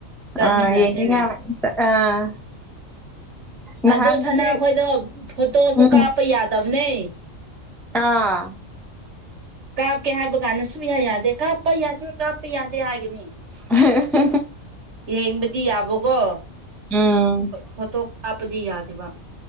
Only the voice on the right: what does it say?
ꯆꯠꯃꯤꯟꯅꯁꯤꯅꯦ
ꯑꯗꯨ
ꯁꯅꯥꯈꯣꯏꯗꯣ ꯐꯣꯇꯣꯁꯨ
ꯀꯥꯞꯄ ꯌꯥꯗꯕꯅꯦ
ꯀꯥꯞꯀꯦ ꯍꯥꯏꯕ ꯀꯥꯟꯗ ꯁꯨꯡꯌꯥ ꯌꯥꯗꯦ ꯀꯥꯞꯄ ꯌꯥꯗꯦ ꯀꯥꯞꯄ ꯌꯥꯗꯦ ꯍꯥꯏꯒꯅꯤ
ꯌꯦꯡꯕꯗꯤ ꯌꯥꯕꯣꯀꯣ
ꯐꯣꯇꯣ ꯀꯥꯞꯄꯗꯤ ꯌꯥꯗꯦꯕ